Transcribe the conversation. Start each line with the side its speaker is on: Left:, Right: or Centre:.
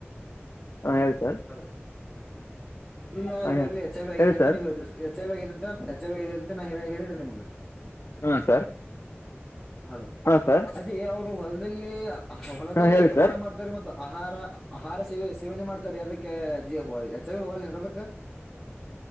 Left: ಹಾಂ ಹೇಳಿ ಸರ್
Centre: ಅಲ ಇಲ್ಲ
Left: ಹಾಂ
Centre: ಇವಾಗ್ಲ ಹೆಚ್ಚಾವ ಆಗಿದೆ
Left: ಹೇಳಿ
Centre: ಅಂತ
Left: ಸರ್
Centre: ನೀವ್ ಹೇಳ್ರರು ಹೆಚ್ಚೆ ಬಿದೆ ಅಂತ ನಚ್ಚೆ ಬಿದೆ ಅಂತ ನಾ ಹೇಳ ಹೇಳನ್್ರಿ ನಿಮ್ಗ
Left: ಹ್ಮ ಸರ್
Centre: ಹದು
Left: ಹಾಂ ಸರ್
Centre: ಅದೇ ಅವರು ಹೊಲದಲ್ಲಿ ಹೊಲದಲ್ಲಿ
Left: ಹಾಂ ಹೇಳಿ
Centre: ಕೆಲಸ
Left: ಸರ್
Centre: ಮಾಡ್ತಾರೆ ಮತ್ತ ಆಹಾರ ಆಹಾರ ಸೇವೆ ಸೇವನೆ ಮಾಡ್ತಾರೆ ಅದಕ್ಕೆ ಜ ಯಚ್ಚಾವ ಹೋಗಲ್ಲ ನಡದಕ್ <inaudible>